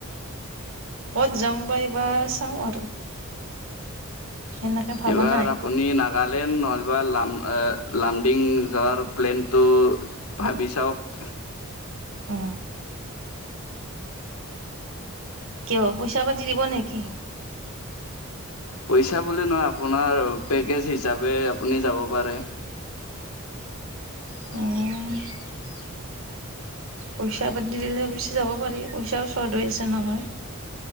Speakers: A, on the right; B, on the left.
A: অত যংগ এইবাৰ চাম আৰু। সেনেকে ভাবা
B: এইবাৰ
A: নাই
B: আপুনি না। নলবা লাম লামডিং যোৱাৰ প্লেনটো ভাবি চাওঁক।
A: অ। কিয় পইচা পাতি দিব নেকি?।
B: পইচা বুলি নহয় আপোনাৰ পেকেজ হিচাপে আপুনি যাব পাৰে। <inaudible>
A: উম পইচা পাতি দিলে বেছি যাব পাৰি পইচাও চৰ্ট হৈ আছে নহয়।